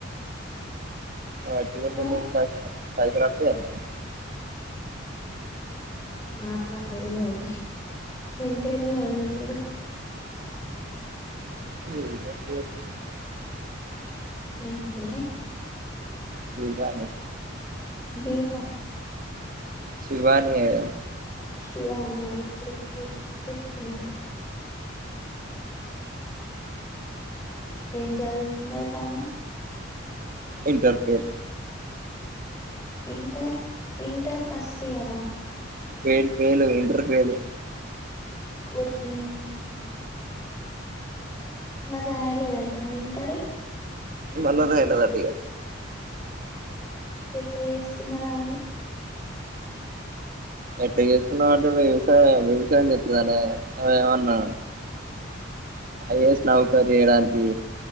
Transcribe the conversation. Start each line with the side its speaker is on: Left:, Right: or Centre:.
Right: వట్టిగుంటే
Left: ఆ
Right: నీకు పై పైసలు వస్తాయా నీకు,
Left: మాటలాడు ఏదో ఒకటి ఎం పేరు మీ వదిన పేరు,
Right: <unintelligible>
Left: ఏంటిది
Right: శివాని
Left: గీత
Right: శివాని ఏ
Left: శివాని యా ఓకే ఓకే చెప్పినవు ఏం చదువుకుంద అట ఆమె
Right: inter fail
Left: inter inter first year హ
Right: ఫెయిల్ ఫెయిల్ ఇంటర్ ఫెయిల్
Left: ఓరి నీ యమ్మ మరి రాయలేదటన ఇంటర్ రు
Right: మల్ల రాయలేదట ఇగ
Left: మరి ఎట్లా చేసుకున్నారు అమని
Right: ఎట్ట చేసుకున్నామంటే వ్యవసాయం వ్యవసాయం చెతుందనే ఏమన్నా ఐఎస్ నౌకర్ చేయడానికి